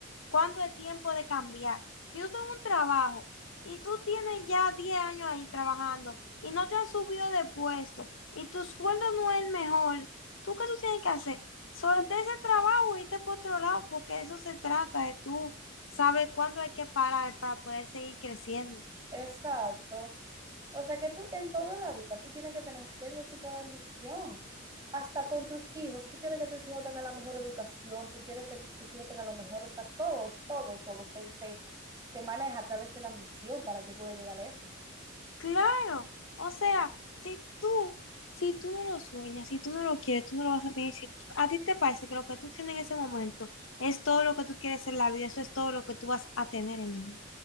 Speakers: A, on the left; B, on the right.
A: cuándo es tiempo de cambiar. Si tú tienes un trabajo y tú tienes ya 10 años ahí trabajando y no te han subido de puesto y tu sueldo no es el mejor, ¿tú qué tú tienes que hacer? Solté ese trabajo y irte por otro lado porque de eso se trata, de tú sabes cuándo hay que parar para poder seguir creciendo.
B: Exacto. O sea que tú en toda la vida tú tienes que tener cierto tipo de ambición. Hasta con tus hijos, tú quieres que tus hijos tengan la mejor educación, tú quieres que tu- tus hijos tengan lo mejor, o sea, todo, todo, todo se, se, se maneja a través de la ambición para tú poder llegar lejos.
A: Claro, o sea, si tú, si tú no lo sueñas, si tú no lo quieres, tú no lo vas a tener. Si tú- a ti te parece que lo que tú tienes en ese momento es todo lo que tú quieres en la vida, eso es todo lo que tú vas a tener en la vida.